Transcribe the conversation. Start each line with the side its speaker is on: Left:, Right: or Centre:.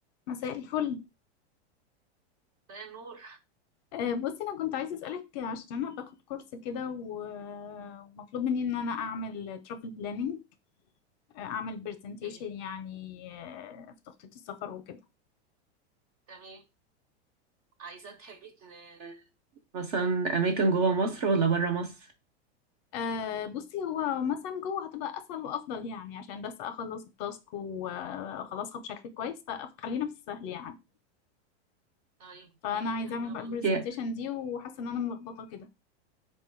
Left: مساء الفل
Right: ده نور
Left: آه، بصي انا كنت عايزه اسالك عشان انا باخد كورس كده و- ومطلوب مني ان انا اعمل ترافل بلاننج اعمل برزنتيشن
Right: اوكي
Left: يعني آه، في تخطيط السفر وكده
Right: تمام عايزة تحبي تن- مثلا اماكن جوه مصر ولا بره مصر
Left: آه، بصي هو مثلا جوه هتبقى اسهل وافضل يعني عشان بس اخلص التاسك واخلصها بشكل كويس فخلينا في السهل يعني
Right: طيب اوكي
Left: فانا عايزه
Right: انا
Left: اعمل بقى
Right: بقول
Left: البرزنتيشن
Right: اوكي.
Left: دي وحاسه ان انا ملخبطه كده